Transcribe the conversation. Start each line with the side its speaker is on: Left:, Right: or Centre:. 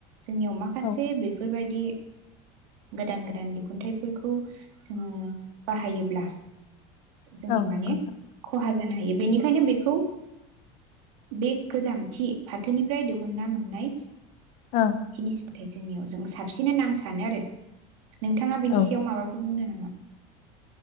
Right: जोंनियाव माखासे
Left: औ
Right: बेफोरबायद दि गोदान गोदान दिहुनथाइफोरखौ जोङो बाहायोब्ला जोंनि
Left: औ
Right: माने
Left: नंगौ नोंथां
Right: खहा जानो हायो बेनिखायनो बेखौ बे गोजामथि फाथोनिफ्राय दिहुनना मोननाय
Left: औ
Right: जिनिस नाथाय जोंनियाव जों साबसिन होना आं सानो आरो। नोंथाङा बेनि
Left: औ
Right: सायाव माबाफोर बुंनो नामा? ना